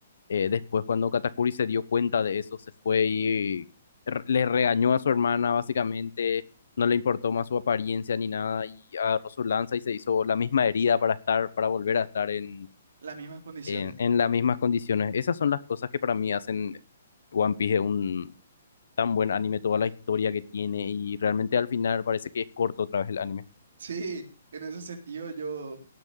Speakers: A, on the left; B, on the right.
A: eh, después, cuando Katakuri se dio cuenta de eso, se fue y re- le regañó a su hermana, básicamente. No le importó más su apariencia ni nada y agarró su lanza y se hizo la misma herida para estar, para volver a estar en,
B: las mismas condiciones.
A: en, en
B: <laughs>
A: las mismas condiciones. Esas son las cosas que para mí hacen One Piece un tan buen anime, toda la historia que tiene y realmente al final parece que es corto otra vez el anime.
B: Sí, en ese sentido yo,